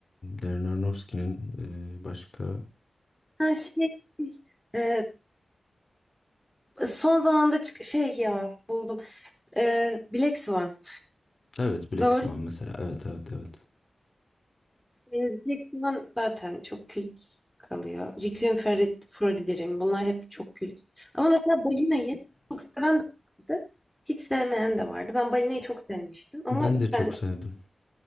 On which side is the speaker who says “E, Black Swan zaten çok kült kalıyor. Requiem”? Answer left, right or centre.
Centre